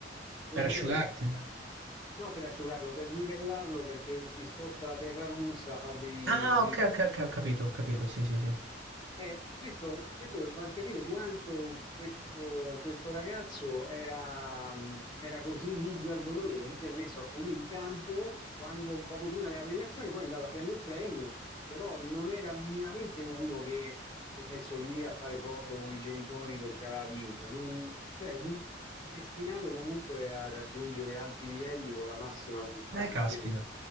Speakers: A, on the left; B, on the right.
A: lo
B: per
A: livella.
B: asciugarti.
A: No, per asciugarlo, per livellarlo, perché si sposta la terra rossa, fa dei,
B: Ah,
A: dei-
B: ok, ok, ok, ho capito, ho capito, sì, sì, sì.
A: Eh, e questo, questo per far capire quanto questo, questo ragazzo era, mh, era così ligio al dovere. Lui si è messo a pulire il campo quando, poco prima della premiazione, poi è andato a prendere il premio, però non era minimamente uno che si è messo lì a fare foto con i genitori perché aveva vinto. Non- cioè, non- destinato comunque a raggiungere alti livelli con la massima umiltà,
B: Eh, caspita,
A: incredibile.